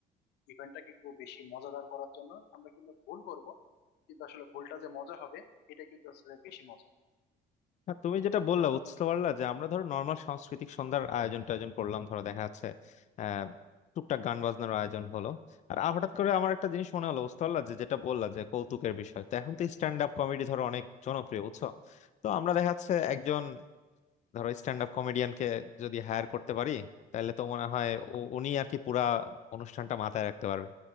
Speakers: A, on the left; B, on the left.
A: ইভেন্টটাকে একটু বেশি মজাদার করার জন্য আমরা কিন্তু ভুল করব কিন্তু আসলে ভুলটা যে মজা হবে এটা কিন্তু আসলে বেশি মজা
B: হ্যাঁ তুমি যেটা বললা বুঝতে পারলা যে আমরা ধরো নর্মাল সাংস্কৃতিক সন্ধ্যার আয়োজন টায়োজন করলাম ধরো দেখা যাচ্ছে আহ টুকটাক গান বাজনার আয়োজন হলো আর আ- হঠাৎ করে আমার একটা জিনিস মনে হলো বুঝতে পারলা যে যেটা বললা যে কৌতুকের বিষয় তো এখন তো স্ট্যান্ড আপ কমেডি ধরো অনেক জনপ্রিয় বুঝছো তো আমরা দেখা যাচ্ছে একজন ধরো স্ট্যান্ড আপ কমেডিয়ানকে যদি হায়ার করতে পারি তাহলে তো মনে হয় উ- উনি আর কি পুরা অনুষ্ঠানটা মাথায় রাখতে পারবেন